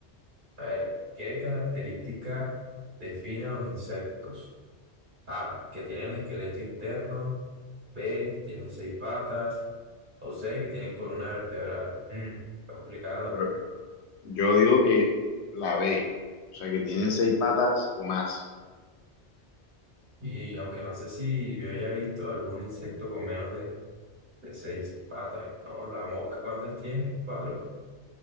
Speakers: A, on the right; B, on the left.
A: A ver, ¿qué característica define a los insectos? A, que tienen esqueleto interno, B, que tienen seis patas, o C, que tienen columna vertebral. Mm, está complicado.
B: bro, yo digo que la B. O sea, que tienen seis patas o más.
A: Y aunque no sé si yo haya visto algún insecto con menos de, de seis patas, ¿no? La mosca, ¿cuántas tiene? Cuatro.